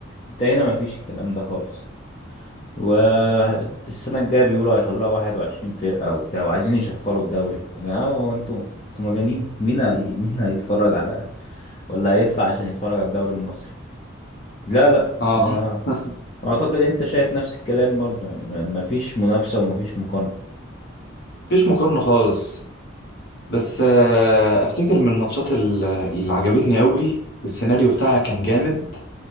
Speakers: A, on the left (about 30°); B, on the left (about 55°).
A: انت هنا مفيش الكلام ده خالص والسنة الجاية بيقولوا هيخلوها 21 فرقة وبتاع وعايزين يشفروا الدوري يا جماعة هو انتوا انتوا مجانين مين هي... مين هيتفرج على ولا هيدفع عشان يتفرج على الدوري المصري لا لا
B: اه
A: يا-
B: <laughs>
A: اعتقد انت شايف نفس الكلام برضه يعني ما ما فيش منافسة وما فيش مقارنة
B: مفيش مقارنة خالص بس آه، افتكر من الماتشات ال- اللي عجبتني قوي والسيناريو بتاعها كان جامد